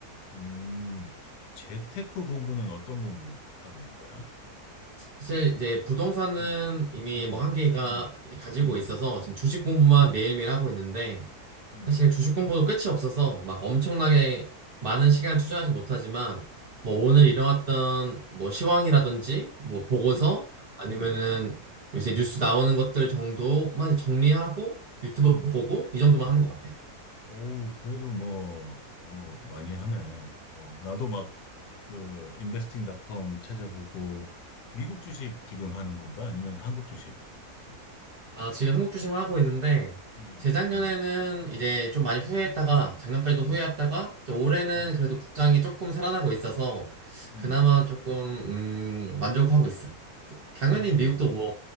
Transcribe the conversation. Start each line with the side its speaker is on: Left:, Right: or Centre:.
Left: 음. 재테크 공부는 어떤 공부 하고 있는 거야?
Right: 사실 이제 부동산은
Left: 음,
Right: 이미
Left: 음,
Right: 뭐 한계가
Left: 음,
Right: 가지고
Left: 음,
Right: 있어서 지금 주식 공부만 매일매일 하고 있는데
Left: 음,
Right: 사실 주식 공부도 끝이 없어서 막 엄청나게 많은 시간을 투자하지 못하지만 뭐
Left: 음,
Right: 오늘 일어났던 뭐 시황이라든지
Left: 음.
Right: 뭐 보고서
Left: 음.
Right: 아니면은
Left: 음,
Right: 요새 뉴스 나오는 것들 정도만 정리하고
Left: 음,
Right: 유튜브
Left: 음.
Right: 보고 이 정도만 하는 것 같아.
Left: 오우 그래도 뭐, 어, 많이 하네. 어, 나도 막, 그, 인베스팅 닷컴 찾아보고, 미국 주식 지금 하는 건가? 아니면 한국 주식 쪽?
Right: 아, 지금 한국 주식만 하고 있는데,
Left: 음,
Right: 재작년에는
Left: 음, 음,
Right: 이제 좀 많이 후회했다가,
Left: 음,
Right: 작년까지도 후회했다가,
Left: 음,
Right: 이제 올해는
Left: 음,
Right: 그래도 국장이
Left: 음,
Right: 조금 살아나고 있어서,
Left: 음.
Right: 그나마 조금, 음, 만족하고 있어. 구- 당연히
Left: 그렇지,
Right: 미국도
Left: 이제.
Right: 뭐,